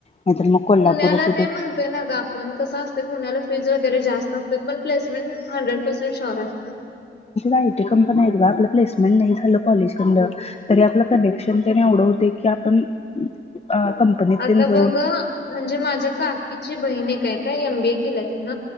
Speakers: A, on the left; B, on the left.
A: नाहीतर मग कोल्हापूरच
B: पुण्याला ते म्हणतोय ना ग आपण कसं असते पुण्याला फीज वगैरे जास्त असते पण प्लेसमेंट हंड्रेड पर्सेंट श्यअर असते
A: आयटी कंपनी आहे आपलं प्लेसमेंट नाही झालं कॉ
B: हो.
A: तरी आप कनेक्शनव क आपण अ कंपनीत
B: आता
A: तेन जाऊन
B: बघ म्हणजे माझ्या काकीची बहिणी काय काययम बेील तिन